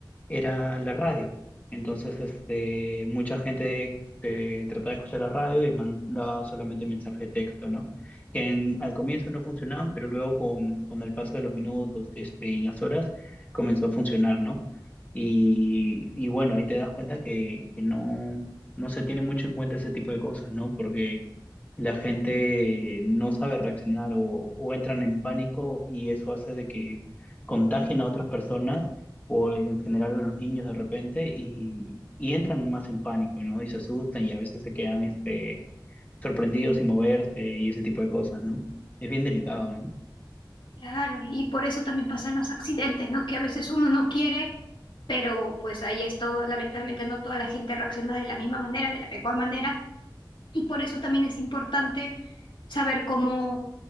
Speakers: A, on the left; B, on the left.
A: era la radio. Entonces, este, mucha gente que trataba de escuchar la radio y mandaba solamente mensaje de texto, ¿no? Que en- al comienzo no funcionaban, pero luego con, con el paso de los minutos, este, y las horas, comenzó a funcionar, ¿no? Y, y bueno, ahí te das cuenta que, que no, no se tiene mucho en cuenta ese tipo de cosas, ¿no? Porque la gente no sabe reaccionar o, o entran en pánico y eso hace de que contagien a otras personas o en general a los niños de repente y, y entran más en pánico, ¿no? Y se asustan y a veces se quedan este, sorprendidos sin moverse y ese tipo de cosas, ¿no? Es bien delicado, ¿no?
B: Claro, y por eso también pasan los accidentes, ¿no? Que a veces uno no quiere pero pues ahí esto, lamentablemente no toda la gente reacciona de la misma manera, de la mejor manera, y por eso también es importante saber cómo,